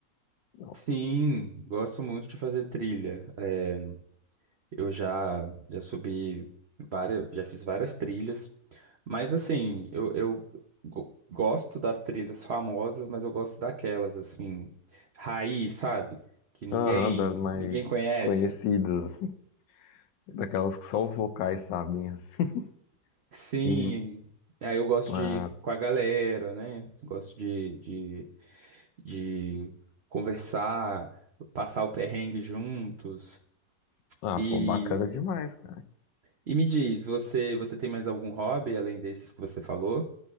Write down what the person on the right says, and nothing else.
Sim, gosto muito de fazer trilha. É, eu já já subi várias, já fiz várias trilhas, mas assim, eu, eu go- gosto das trilhas famosas, mas eu gosto daquelas assim, raiz, sabe? Que ninguém
ninguém conhece.
Sim,
aí eu gosto
de ir com a galera, né? Gosto de, de, de conversar, passar o perrengue juntos.
E,
e me diz, você, você tem mais algum hobby além desses que você falou?